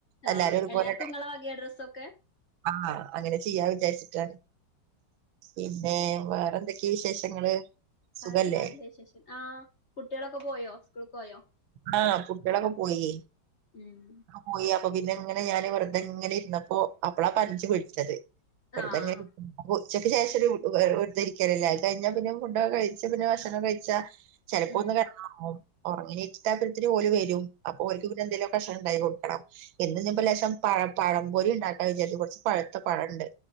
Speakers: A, on the left; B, on the right.
A: ആഹ്
B: എല്ലാരും ഒരുപോലെ
A: എല്ലാർക്കും ഇങ്ങളെ വകയാ ഡ്രസ്സൊക്കെ
B: ആ അങ്ങനെ ചെയ്യാ വിചാരിച്ചിട്ടാണ് പിന്നെ വേറെ എന്തൊക്കെയ വിശേഷങ്ങള് സുഖല്ലേ
A: വേറെ എന്താല്ലേ വിശേഷം ആ കുട്ടികളൊക്കെ പോയോ സ്കൂൾക്ക് പോയോ
B: ആ കുട്ടികളൊക്കെ പോയി
A: ഉം
B: പോയി അപ്പൊ പിന്നെ എങ്ങനെ ഞാൻ വെറുതെ ഇങ്ങനെ ഇര്ന്നപ്പോ അപ്പളാപ്പം അഞ്ചു വിളിച്ചത്. വെറുതെങ്ങെ
A: ആഹ്
B: ഇരിക്ക ഉച്ചക്ക് ശേഷം വെറുതെ ഇരിക്കല് ല്ലേ അത് കഴിഞ്ഞാ പിന്നെ ഫുടൊക്കെ കഴി പിന്നെ ഭക്ഷണം കഴിച്ചാ ചെലപ്പോ
A: ഉം
B: ഒന്ന് കെടന്നു ഉറങ്ങിണീറ്റിട്ട് ആവുബോത്തിന് ഓല് വരും അപ്പൊ ഓല്ക്ക് പിന്നെ എന്തെകിലുക്കെ ഭക്ഷണം ഉണ്ടാക്കികൊടുക്കണം ഇന്ന് ഇഞ്ലേശം പഴം പഴംപൊരി ഉണ്ടാക്കാ വിചാരിച്ച് കൊറച്ച് പഴുത്ത പഴണ്ട്.